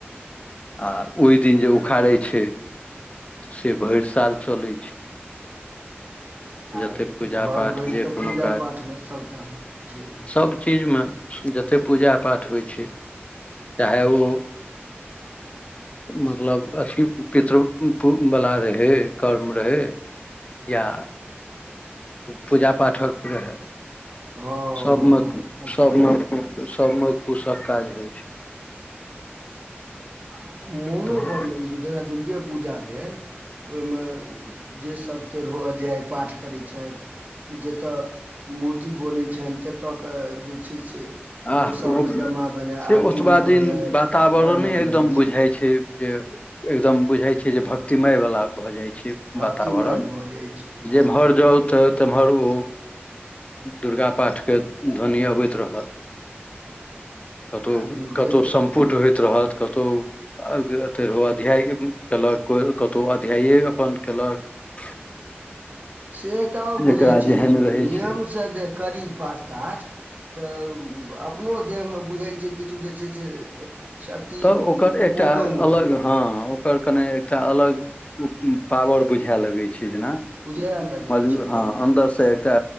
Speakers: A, on the left; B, on the right.
A: आ ओए दिन जे
B: ई
A: उखाड़ै छै तऽ से भरि साल चलै छै जते
B: आर घर
A: पूजा पाठ
B: भरि
A: जे
B: के
A: कोनो
B: पूजा
A: काज
B: पाठ मे सबटा मे छैहे
A: सभ चीजमे जतेक पूजा पाठ होइ छै चाहे ओ मतलब अथि पितृवला रहै कर्म रहै या पूजा पाठक रहै
B: हँ
A: सबमे
B: हँ सबटा
A: सबमे
B: मे
A: सबमे कुशक काज होइ छै
B: आ मोनो
A: तऽ
B: बड्ड लगैत छौ जेना दुर्गे पूजा भेल ओहिमे जेसभ तेरहो अध्याय पाठ करै छैएथ कि जतय मूर्ति बनै छनि ततय के जे छै से
A: आ
B: लोक सबके
A: ओ
B: जमा भेनाइ
A: से
B: आरती
A: ओतबा
B: मे
A: दिन
B: रहनाइ
A: वातावरणे
B: बड़ मोन
A: एक एकदम
B: लगै छै
A: बुझाय छै जे एकदम बुझाय छै जे भक्तिमय वाला भऽ जाइ छै
B: भक्तिमय
A: वातावरण
B: भऽ जाइ छै हँ
A: जेम्हर जाउ तऽ तम्हर ओ दुर्गा पाठके ध्वनि अबैत रहत कतहु
B: आ दुर्गे
A: कतहु
B: के
A: सम्पुट होइत रहत कतहु आ तेरहो अध्याय कयलक को कतहु अध्यायए अपन कयलक <inaudible> <inaudible>
B: से एकटा आओर
A: जेकरा
B: बुझाईछै
A: जेहन
B: यौ नियमसँ
A: रहै छै
B: जे करी पाठ ताठ तऽ अपनो देहमे बुझै छै किछु जे छै से शक्त उ
A: तऽ ओकर
B: ओ
A: एकटा
B: पोल वा
A: अलग हँ ओकर कने एकटा अलग पावर बुझए लगै छै ने
B: बुझए लगै
A: मजबू
B: छै
A: <unintelligible> हँ अन्दर से <unintelligible> तऽ एकटा